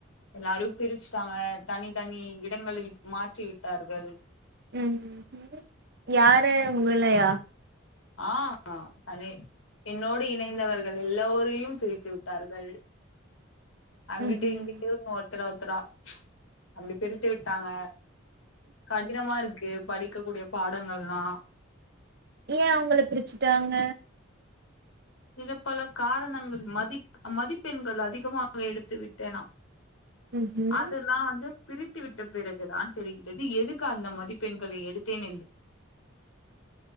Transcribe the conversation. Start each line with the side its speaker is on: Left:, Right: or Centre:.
Left: எல்லாரு பிரிச்சுட்டாங்க தனி தனி இடங்களில் மாற்றி விட்டார்கள்
Right: ம் ம் யார உங்களயா
Left: ஆ தனி என்னோடு இணைந்தவர்கள் எல்லோரையும் பிரித்து விட்டார்கள் அங்கிட்டு
Right: ம்ஹும்
Left: இங்கிட்டு ஒருத்தர் ஒருத்தரா அப்படி பிரித்து விட்டாங்க கடினமா இருக்கு படிக்கக்கூடிய பாடங்கள்லா
Right: ஏ அவங்கள பிரிச்சுட்டாங்க
Left: சில பல காரணங்கள் மதி மதிப்பெண்கள் அதிகமாக எடுத்து விட் தேனோ
Right: ம்ஹும்
Left: ஆப்பில் வந்து பிரித்து விட்ட பிறகுதான் தெரிகிறது எதுக்கு அந்த மதிப்பெண்களை எடுத்தேன் என்று